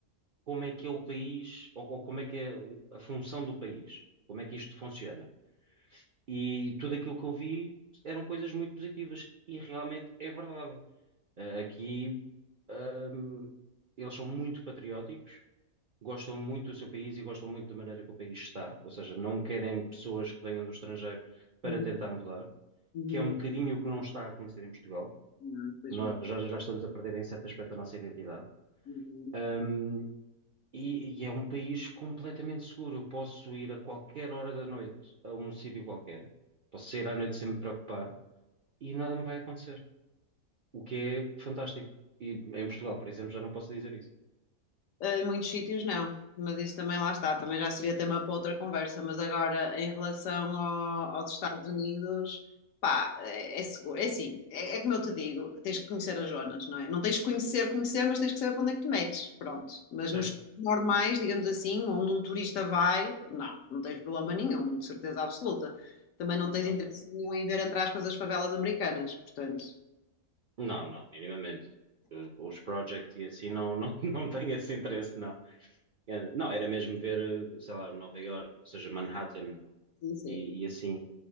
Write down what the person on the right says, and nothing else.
como é que é o país, ou, ou como é que é o- a função do país, como é que isto funciona. E tudo aquilo que eu vi eram coisas muito positivas, e realmente é verdade. Uh, Aqui Ahm, eles são muito patrióticos, gostam muito do seu país e gostam muito da maneira que o país está, ou seja, não querem pessoas que venham do estrangeiro para
tentar mudar,
que é um bocadinho o que não está a acontecer em Portugal.
Nós já, já estamos a perder em certo aspecto a nossa identidade.
Ahm, e, e é um país completamente seguro. Eu posso ir a qualquer hora da noite a um sítio qualquer, posso sair à noite sem me preocupar e nada me vai acontecer, o que é fantástico. E em Portugal, por exemplo, já não posso dizer isso.
Certo.
Ok.
Não, não, minimamente. Eh, Os projects e assim não, não, <laughs> não tenho esse interesse, não. Eh, Não, era mesmo ver, eh, sei lá, Nova York, ou seja, Manhattan
e, e assim.